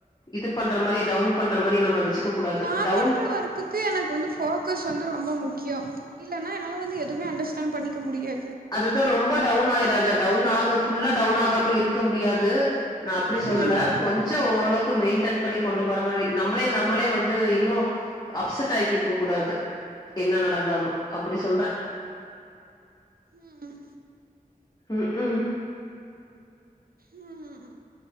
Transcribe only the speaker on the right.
நா
பண்ற ஒர்க்குக்கு எனக்கு வந்து போக்கஸ் வந்து ரொம்ப முக்கியம் இல்லனா என்னால வந்து எதுவுமே அண்டர்ஸ்டாண்ட் பண்ணிக்க முடியா
ம்
ம்
ம்